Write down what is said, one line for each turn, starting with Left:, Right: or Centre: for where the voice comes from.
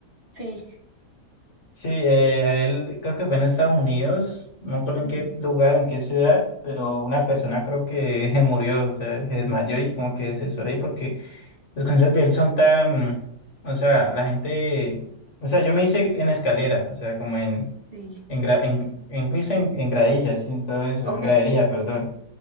Right: Sí,
Left: Sí, eh, a él creo que fue en Estados Unidos, no me acuerdo
Right: ujú,
Left: en qué lugar, en qué ciudad, pero una persona creo que <laughs> murió, o sea, se desmayó y como que se suicidó ahí porque los conciertos de él son tan, o sea, la gente, o sea, yo me hice en escalera, o sea, como en,
Right: sí,
Left: en, gra- en, en, me hice en, en gradilla, sí, en todo eso,
Right: ok,
Left: en gradería, perdón.